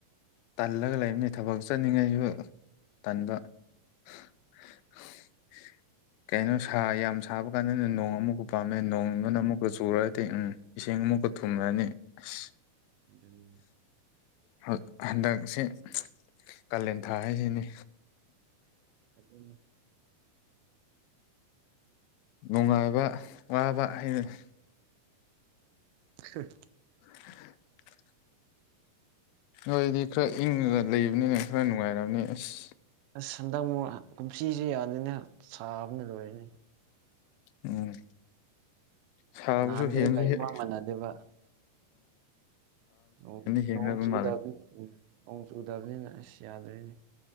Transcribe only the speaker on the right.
<unintelligible>
ꯑꯗꯨꯅꯦ
ꯎꯝ
ꯑꯁ ꯍꯟꯗꯛ ꯃꯨꯛ ꯀꯨꯝꯁꯤꯖꯦ ꯌꯥꯗꯦꯅꯦ ꯁꯥꯕꯅ ꯂꯣꯏꯔꯦꯅꯦ
ꯅꯍꯥꯟꯈꯩꯒ
ꯏꯃꯥꯟ ꯃꯥꯟꯅꯗꯦꯕ ꯅꯣꯡ
ꯅꯣꯡ ꯆꯨꯗꯕꯅꯤ
ꯎꯝ ꯅꯣꯡ ꯆꯨꯗꯕꯅꯤꯅ ꯑꯁ ꯌꯥꯗ꯭ꯔꯦꯅꯦ